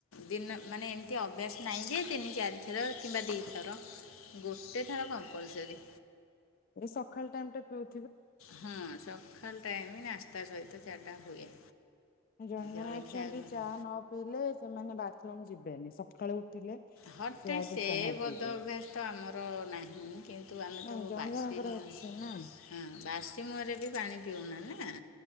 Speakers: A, on the left; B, on the left.
A: ଦିନ ମାନେ ଏମିତି ଅଭ୍ୟାସ ନାହିଁ ଯେ ତିନି ଚାର ଥର କିମ୍ବା ଦିଥର ଗୋଟେ ଥର କମ୍ପଲସରୀ।
B: ଏ ସକାଳ ଟାଇମ ଟା ପିଉ
A: ହଁ ସକାଳ ଟାଇମ ନାସ୍ତା ସହିତ ଚା ଟା ହୁଏ।
B: ଜଣେ ଜଣେ
A: ଜଳଖିଆ
B: ଅଛନ୍ତି
A: କରେ
B: ଚାହା ନ ପିଇଲେ ସେମାନେ ବାଥରୁମ ଯିବେନି ସକାଳୁ। ଉଠିଲେ
A: ହଟାଇଁ
B: ଆଗେ
A: ସେ
B: ଚାହା
A: ବଦ
B: ପିଇବେ
A: ଅଭ୍ୟାସ ତ ଆମର ନାହିଁ କି କିନ୍ତୁ ଆମେ
B: ନାଇଁ
A: ତ
B: ଜଣେ
A: ବାସି
B: ଜଣଙ୍କର
A: ମୁହଁ
B: ଅଛି ନା।
A: ହଁ ବାସି ମୁହଁରେ ବି ପାଣି ପିଉନା ନା।